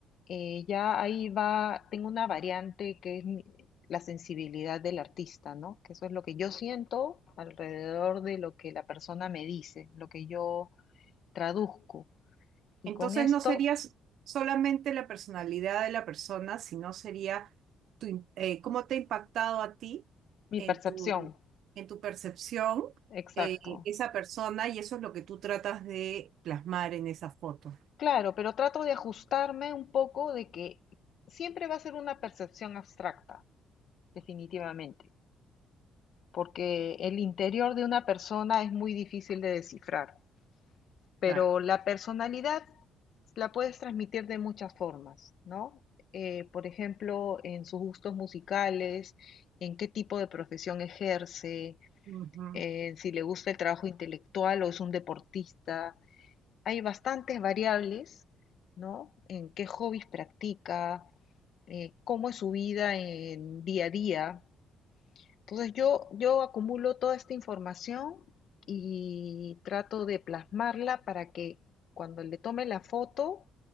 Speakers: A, on the left; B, on the right.
A: eh, ya ahí va, tengo una variante que es mi- la sensibilidad del artista, ¿no? Que eso es lo que yo siento alrededor de lo que la persona me dice, lo que yo traduzco. Y
B: Entonces
A: con esto
B: no sería s- solamente la personalidad de la persona, sino sería tu im- eh, cómo te ha impactado a ti
A: Mi
B: en
A: percepción,
B: tu, en tu percepción
A: exacto.
B: eh, esa persona y eso es lo que tú tratas de plasmar en esa foto.
A: Claro, pero trato de ajustarme un poco de que siempre va a ser una percepción abstracta, definitivamente, porque el interior de una persona es muy difícil de descifrar, pero
B: Claro.
A: la personalidad la puedes transmitir de muchas formas, ¿no? Eh, por ejemplo, en sus gustos musicales, en qué tipo de profesión ejerce,
B: Ujú.
A: en si le gusta el trabajo intelectual o es un deportista, hay bastantes variables, ¿no? En qué hobbies practica, eh, cómo es su vida en día a día. Entonces yo, yo acumulo toda esta información y trato de plasmarla para que cuando le tome la foto